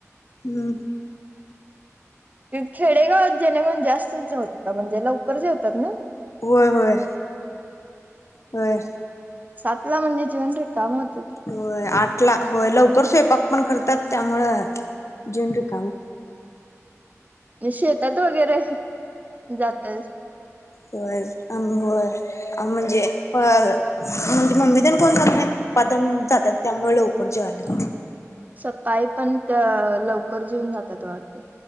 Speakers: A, on the left (about 65°); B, on the right (about 30°).
A: हम्म
B: खेडेगावात जेणे म्हण जास्त जेवतात, म्हणजे लवकर जेवतात न?
A: व्हय व्हय, व्हय
B: सातला म्हणजे जेवून रेिकाम होतात.
A: व्हय, आठला होय लवकर स्वयंपाक पण करतात त्यामुळ जेवून रीकाम.
B: मी शेतात वगैरे जातोय
A: व्हय आम व्हय आम म्हणजे अ म्हणजे मम्मी तेन कोण जात नाही, पप्पा तेन जात्यात त्यामुळ लवकर जेवायला लागतय.
B: सकाळी पण लवकर जेऊन जातात वाटत.